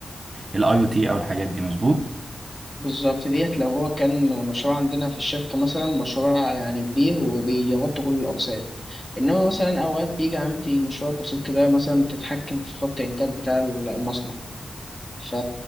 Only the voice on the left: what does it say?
بالظبط ديت لو هو كان مشروع عندنا في الشركة مثلا مشروع يعني كبير وبيغطي كل الأقسام إنما مثلا أوقات بيجي عندي مشروع بسيط كده مثلا بتتحكم في خط الإنتاج بتاع المصنع ف...